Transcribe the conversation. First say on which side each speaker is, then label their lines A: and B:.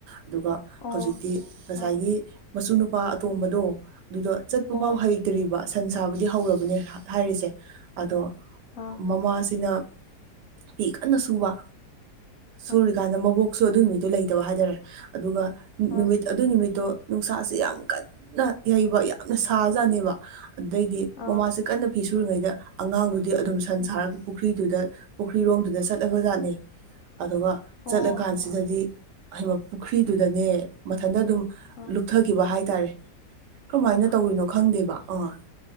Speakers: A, on the right; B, on the left.
A: ꯑꯗꯨꯒ
B: ꯑꯣ
A: ꯍꯧꯖꯤꯛꯇꯤ ꯉꯁꯥꯏꯒꯤ
B: ꯑꯥ
A: ꯃꯁꯨ ꯅꯨꯄꯥ ꯑꯇꯣꯝꯕꯗꯣ ꯑꯗꯨꯗꯣ ꯆꯠꯄ
B: ꯍꯣꯏ
A: ꯐꯥꯎ ꯍꯩ ꯇꯤꯔꯤꯕ ꯁꯟ ꯁꯥꯕꯗꯤ ꯍꯧꯔꯕꯅꯦ ꯍꯥꯏꯔꯤꯁꯦ ꯑꯗꯣ
B: ꯑꯥ
A: ꯃꯃꯥꯁꯤꯅ ꯐꯤ ꯀꯟꯅ ꯁꯨꯕ ꯁꯨꯔꯤꯀꯥꯟꯗ
B: ꯑꯥ
A: ꯃꯕꯣꯛ ꯁꯨ ꯑꯗꯨ ꯅꯨꯃꯤꯠꯇꯨ ꯂꯩꯇꯕ ꯍꯥꯏꯇꯥꯔꯦ ꯑꯗꯨꯒ ꯅꯨꯃꯤꯠ
B: ꯑꯥ
A: ꯑꯗꯨ ꯅꯨꯃꯤꯠꯇꯣ ꯅꯨꯡꯁꯥꯁꯦ ꯌꯥꯝ ꯀꯟꯅ ꯌꯩꯕ ꯌꯥꯝꯅ ꯁꯥꯖꯥꯅꯦꯕ ꯑꯗꯨꯗꯩꯗꯤ ꯃꯃꯥꯁꯦ
B: ꯑꯥ
A: ꯀꯟꯅ ꯐꯤ ꯁꯨꯔꯤꯉꯩꯗ ꯑꯉꯥꯡꯗꯨꯗꯤ ꯑꯗꯨꯝ ꯁꯟ
B: ꯎꯝ
A: ꯁꯥꯔꯒ ꯄꯨꯈ꯭ꯔꯤꯗꯨꯗ ꯄꯨꯈ꯭ꯔꯤꯔꯣꯝꯗꯨꯗ ꯆꯠꯂꯕꯖꯥꯠꯅꯦ ꯑꯗꯨꯒ
B: ꯑꯣ
A: ꯆꯠꯂꯀꯥꯟꯁꯤꯗꯗꯤ
B: ꯍꯩꯃꯥ
A: ꯍꯥꯏꯕ ꯄꯨꯈ꯭ꯔꯤꯗꯨꯗꯅꯦ ꯃꯊꯟꯇ ꯑꯗꯨꯝ
B: ꯑꯥ
A: ꯂꯨꯞꯊꯈꯤꯕ ꯍꯥꯏꯇꯥꯔꯦ ꯀꯔꯝꯃꯥꯏꯅ
B: ꯍꯩꯃꯥ
A: ꯇꯧꯔꯤꯅꯣ ꯈꯪꯗꯦꯕ ꯑꯥ